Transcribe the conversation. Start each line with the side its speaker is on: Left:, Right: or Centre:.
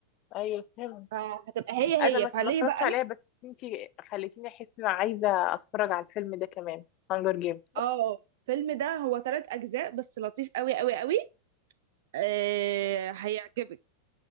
Left: ايوه فهمت
Right: فهتبقى هي
Left: انا
Right: هي
Left: ما
Right: فليه
Left: ما اتفرجتش
Right: بقى
Left: عليها
Right: لا
Left: بس انتي خليتيني احس ان انا عايزه اتفرج على الفيلم ده كمان هانجر جيم
Right: اه الفيلم ده هو ثلاث اجزاء بس لطيف قوي قوي قوي آه هيعجبك